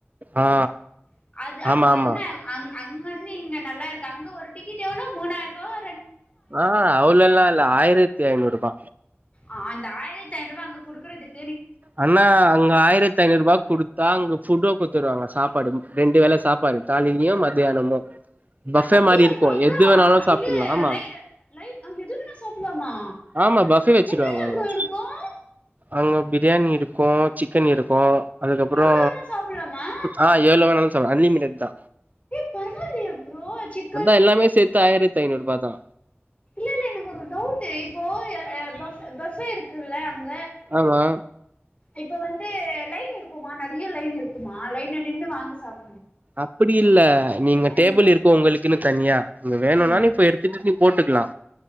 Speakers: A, on the right; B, on the left.
A: ஆ
B: <unintelligible> அது அங்க
A: ஆமா ஆமா
B: ன்ன அங் அத் <unintelligible> அங்க வந்து இங்க நல்லாருக்கு அங்க ஒரு டிக்கெட் எவ்ளோ மூணாயிருபாவ
A: ஆஹ் அவ்ளோலா இல்ல ஆயிரத்தி ஐந்நூறு ரூபா
B: ஆஹ் அந்த ஆயிரத்தைனூ ருபா அங்க குடுக்குறதுக்
A: அண்ணா அங்க ஆயிரத்தி ஐநூறு ரூபா குடுத்தா அங்க புட்டு குடுத்துராங்க சாப்பாடு ரெண்டு வேல சாப்பாடு காலிலயு மத்தியானமு பஃபே
B: அப்படியா
A: மாரி இருக்கு
B: ப்ரோ ப்ரோ
A: எது வேணாலு சாப்ட்லா
B: இது
A: ஆமா
B: லை லைன் எது வேணா சாப்டலாமா
A: ஆமா பஃபே வெச் <unintelligible>
B: என்னென்ன ப்ரோ இருக்கும்
A: அங்க பிரியாணி இருக்கு சிக்கன் இருக்கு அதுக்கப்புறோ
B: எவ்ளவு வேணாசாப்பலாமா
A: ஆ எவ்ளோ வேணாலு சாப்டலா அன்லிமிடெட் தா
B: பரவாயில் அ சிக்கன்
A: அதா எல்லாமே சேத்து ஆயிரத்தி ஐநூறு ரூபா தா
B: இல்ல இல்ல இல்ல இ எனக்கு ஒரு டவுட் இப்போ <unintelligible> இரு <unintelligible>
A: அதா
B: இப்ப வந்து லைன் இருக்குமா நிறைய லைன் இருக்குமா லைன்ல நின்னு வாங்கி சாப்
A: அப்படி இல்ல நீங்க
B: ம்
A: டேபிள் இருக்கு உங்களுக்குன்னு தனியா உங்க வேணும்னா
B: ம்
A: இப்ப எடுத்துட்டு நீ போட்டு இருக்கலா